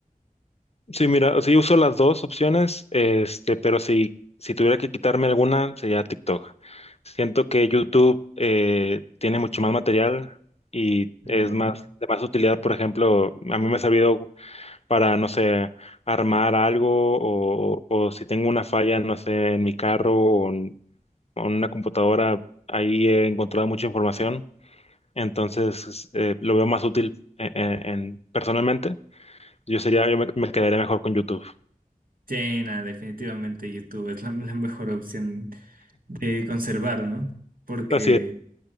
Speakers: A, on the left; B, on the right.
A: Sí, mira, sí uso las dos opciones, este, pero si, si tuviera que quitarme alguna, sería TikTok. Siento que YouTube eh, tiene mucho más material y
B: mm,
A: es más de más utilidad. Por ejemplo, a mí me ha servido para, no sé, armar algo o, o si tengo una falla, no sé, en mi carro o en, o en una computadora, ahí he encontrado mucha información. Entonces, eh, lo veo más útil en, en- en- personalmente. Yo sería, yo me me quedaría mejor con YouTube.
B: sí, nada, definitivamente YouTube es la, la mejor opción de conservar, ¿no? Porque
A: Así es.